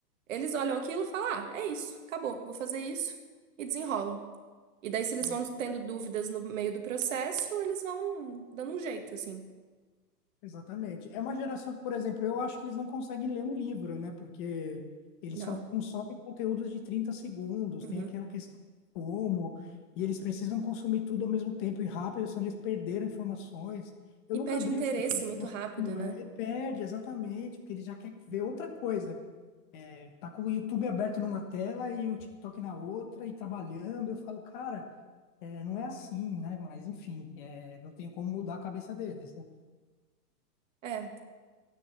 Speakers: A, on the right; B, on the left.
A: Eles olham aquilo e falam: ah, é isso, acabou, vou fazer isso, e desenrolam. E daí, se
B: Sim.
A: eles vão tendo dúvidas no meio do processo, eles vão dando um jeito, assim.
B: Exatamente. É uma geração que, por exemplo, eu acho que eles não conseguem ler um livro, né? Porque eles
A: Não.
B: só consomem conteúdos de 30 segundos, tem
A: Uhum.
B: aquela questão de como, e eles precisam consumir tudo ao mesmo tempo e rápido, senão eles perderam informações. Eu
A: E
B: nunca
A: perde
B: abri
A: interesse
B: o TikTok,
A: muito
B: não
A: rápido,
B: sei como
A: né?
B: é. Ele perde, exatamente, porque ele já quer ver
A: Uhum.
B: outra coisa. Tá com o YouTube aberto numa tela e o TikTok na outra, e trabalhando. Eu falo, cara, é, não é assim, né? Mas, enfim, é, não tem como mudar a cabeça deles, né?
A: É,